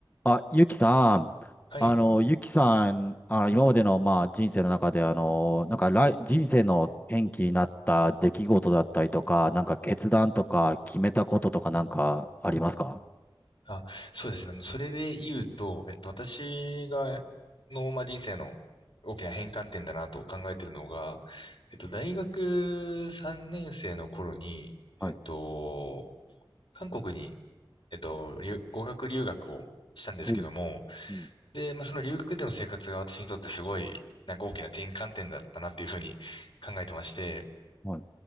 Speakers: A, on the left (about 20°); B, on the left (about 70°).
A: あ、ゆきさん、
B: はい。
A: あの、ゆきさん、あの、今までの、まあ、人生の中で、あの、なんか、来、人生の転機になった出来事だったりとか、なんか、決断とか、決めたこととか、なんか、ありますか
B: あ、そうですね。あのそれで言うと、えっと、私が、の、まあ、人生の大きな変換点だなと考えているのが、えっと、大学3年生の頃に、
A: はい。
B: えっと、韓国に、えっと、留語学留学をしたんですけども、
A: おううん。
B: で、まあ、その留学での生活が私にとってすごい、なんか大きな転換点だったなっていうふうに考えてまして、
A: はい。